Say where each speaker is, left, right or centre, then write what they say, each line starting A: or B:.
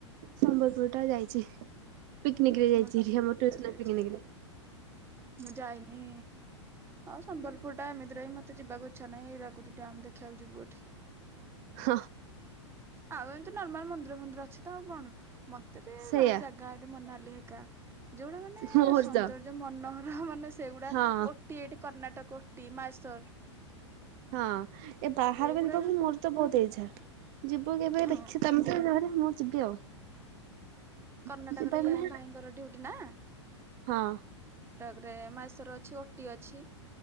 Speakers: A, on the right (about 40°); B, on the right (about 15°).
A: ସମ୍ବଲପୁରଟା ଯାଇଛି ପିକନିକରେ ଯାଇଛି
B: ମୁଁ ସମ୍ବଲପୁର
A: ଭାରି ଆମ ଟୁଇସନ୍
B: ଟା ଯାଇଛି
A: ପିକନିକରେ।
B: ମୁଁ ଯାଇନି ଆଉ ସମ୍ବଲପୁରଟା ଏମିତିରେ ବି ମତେ ଏତେ ଯିବାକୁ ଇଚ୍ଛା ନାହିଁ ହୀରାକୁଦ ଡ୍ୟାମ ଦେଖିବାକୁ ଯିବୁ ଏଠି।
A: ହଁ।
B: ଆଉ ଏମିତି ନର୍ମାଲ ମନ୍ଦିର ଫନ୍ଦିର ଅଛି ତ ଆଉ କଣ ମତେ ଟିକେ
A: ସେଇଆ
B: ବାହାର ଜାଗା ଏଠି ମନାଲି <unintelligible> ଯୋଉରା ମାନେ
A: ମୋର
B: ସୌନ୍ଦର୍ଯ୍ୟ
A: ତ
B: ମନୋହର ମାନେ ସେଗୁଡା
A: ହଁ
B: ଓଟି ଏଠି କର୍ଣ୍ଣାଟକ ଓ ଟି ମାଇସୋର।
A: ହଁ ଏ ବାହାରକୁ
B: ଏଇଗୁଡା
A: ଯିବାକୁ ମୋର ତ ବହୁତ ଇଚ୍ଛା। ଯିବୁ କେବେ
B: ହଁ
A: ଦେଖି ତମେ ତ ଯିବହେରି ମୁଁ ଯିବି ଆଉ।
B: କର୍ଣ୍ଣାଟକ
A: ତମେ ଯିବାର
B: ରେ ଇଏ
A: ନାହିଁ
B: ଭାଇଙ୍କର ଡ଼୍ୟୁଟି ନା?
A: ହଁ।
B: ରେ ମୈଶୋର ଅଛି ଓଟି ଅଛି।